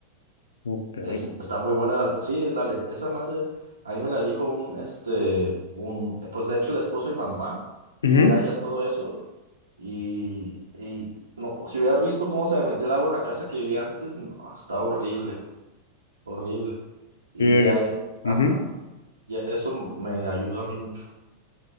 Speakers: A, on the left (about 65°); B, on the right (about 75°).
A: ok.
B: Es, está muy buena. la- Sí, la, le- esa madre, ahí me la dijo un, este, un, pues de hecho el esposo y mamá,
A: Ujú,
B: él le halla todo eso. Y, y no, si hubieras visto cómo se me metió el agua en la casa que vivía antes, no, estaba horrible, horrible. Y
A: sí, de
B: ya, eh, ajá,
A: que- ujú.
B: ya eso me ayudó a mí mucho.